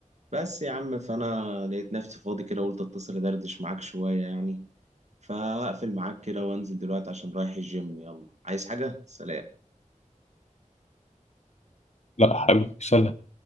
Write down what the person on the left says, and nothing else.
لا حبيبي سلام